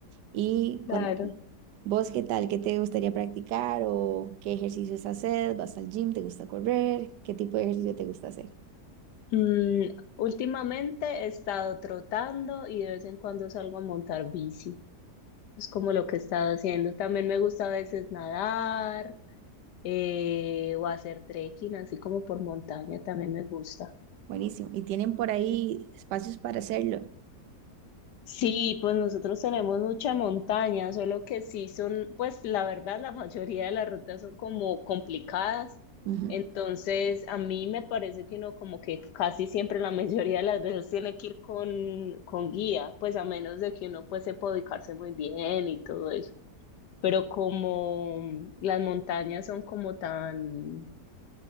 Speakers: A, on the right (about 85°); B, on the left (about 85°).
A: Y
B: Claro.
A: con vos, ¿qué tal? ¿Qué te gustaría practicar o qué ejercicios haces? ¿Vas al gym? ¿Te gusta correr? ¿Qué tipo de ejercicio te gusta hacer?
B: Mm, últimamente he estado trotando y de vez en cuando salgo a montar bici. Es como lo que he estado haciendo. También me gusta a veces nadar eh, o hacer trekking, así como por montaña, también me gusta.
A: Buenísimo. Y tienen por ahí espacios para hacerlo.
B: Sí, pues nosotros tenemos mucha montaña, solo que sí son, pues la verdad, la <laughs> mayoría de las rutas son como complicadas.
A: Ujú,
B: Entonces, a mí me parece que uno como que casi siempre la mayoría de las veces tiene que ir con, con guía, pues a menos de que uno pues sepa ubicarse muy bien y todo eso. Pero como las montañas son como tan